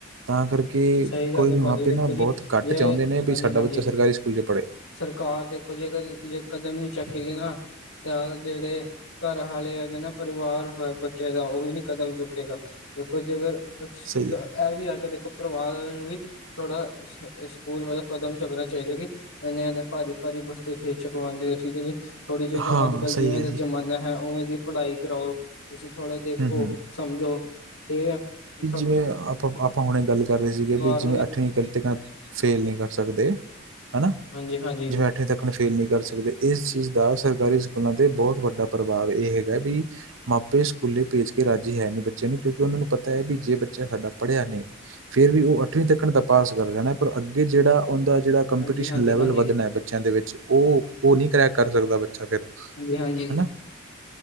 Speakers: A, on the right; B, on the left.
A: ਤਾਂ ਕਰਕੇ
B: ਸਹੀ ਗੱਲ
A: ਕੋਈ
B: ਹੈ
A: ਵੀ ਮਾਪੇ
B: ਭਾਜੀ ਦੇਖੋ
A: ਨਾ
B: ਜੀ
A: ਬੋੱਤ ਘੱਟ
B: ਜੇ
A: ਚਾਹੁੰਦੇ ਨੇ
B: ਹਾਂਜੀ
A: ਵੀ ਸਾਡਾ
B: ਹਾਂਜੀ
A: ਬੱਚਾ ਸਰਕਾਰੀ ਸਕੂਲ 'ਚ ਪੜੇ।
B: ਸਰਕਾਰ ਦੇਖੋ ਜੇ ਅਗਰ ਜੇ ਕਦਮ ਨੀ ਚੱਕੇਗੀ ਨਾ ਤਾਂ ਜੇੜੇ ਘਰ ਵਾਲੇ ਹੈਗੇ ਨਾ ਪਰਿਵਾਰ ਹੋਇਆ ਬੱਚੇ ਦਾ ਔਹ ਵੀ ਨੀ ਕਦਮ ਚੁੱਕੇਗਾ। ਦੇਖੋ ਜੇਕਰ ਇੱਕਸ਼
A: ਸਹੀ
B: ਐਹ
A: ਹੈ।
B: ਵੀ ਆਗਾ ਕਿ ਦੇਖੋ ਪਰਿਵਾਰ ਵਾਲੇ ਨੂੰ ਵੀ ਥੋੜਾ ਸ ਸਕੂਲ ਵੱਲੋਂ ਕਦਮ ਚੱਕਨਾ ਚਾਹੀਦਾ ਕਿ ਇਨੇ, ਇਨੇ, ਭਾਰੀ, ਭਾਰੀ ਬਸਤੇ ਫੇਰ ਚਕਵਾਉਂਦੇ ਔ ਠੀਕ ਐ ਜੀ। ਥੋੜ੍ਹੀ ਜਿਹੀ
A: ਹਾਂ
B: ਅੱਜ ਕੱਲ
A: ਸਹੀ
B: ਜਿਵੇਂ
A: ਹੈ
B: ਦਾ
A: ਜੀ।
B: ਜ਼ਮਾਨਾ ਹੈ ਔਵੇਂ ਦੀ ਪੜ੍ਹਾਈ ਕਰਾਔ। ਤੁਸੀਂ ਥੋੜਾ ਦੇਖੋ,
A: ਹੂੰ ਹੂੰ।
B: ਸਮਝੋ, ਏਮਸਭ।
A: ਏਹ ਆਪਾਂ ਅਪ- ਆਪਾਂ ਹੁਨੇ ਗੱਲ ਕਰ ਰਹੇ ਸੀਗੇ। ਵਿੱਚ
B: ਨੂੰ ਵੀ
A: ਅੱਠਵੀਂ ਕਤੇ ਫੇਲ ਨਹੀਂ ਕਰ ਸਕਦੇ ਹੈਨਾ।
B: ਹਂਜੀ, ਹਾਂਜੀ।
A: ਜਿਵੇਂ ਅੱਠਵੀਂ ਤੱਕ ਨੂੰ ਫੇਲ ਨਹੀਂ ਕਰ ਸਕਦੇ। ਇਸ ਚੀਜ਼ ਦਾ ਸਰਕਾਰੀ ਸਕੂਲਾਂ 'ਤੇ ਬੋੱਤ ਵੱਡਾ ਪ੍ਰਭਾਵ ਏਹ ਹੈਗਾ ਜੀ ਮਾਪੇ ਸਕੂਲੇ ਭੇਜ ਕੇ ਰਾਜੀ ਹੈ ਨੀ ਬੱਚੇ ਨੂੰ। ਕਿਉਂਕਿ ਉਹਨਾਂ ਨੂੰ ਪਤਾ ਹੈ ਵੀ ਜੇ ਬੱਚਾ ਸਾਡਾ ਪੜ੍ਹਿਆ ਨਹੀਂ ਫੇਰ ਵੀ ਔਹ ਅੱਠਵੀਂ ਤਿਕੱਨ ਤਾਂ ਪਾਸ ਕਰ ਜਾਨਾ ਪਰ ਅੱਗੇ ਜੇੜਾ ਉਹਦਾ ਜੇੜਾ ਕੰਪੀਟੀਸ਼ਨ
B: ਹਾਂਜੀ ਹਾਂਜੀ
A: ਲੈਵਲ
B: ਹਾਂਜੀ
A: ਵੱਧਨਾ ਬੱਚਿਆਂ ਦੇ ਵਿੱਚ ਔਹ ਨਹੀਂ ਕਰੈਕ ਕਰ ਸਕਦਾ। ਬੱਚਾ ਫਿਰ
B: ਹਾਂਜੀ-ਹਾਂਜੀ।
A: ਹਨਾ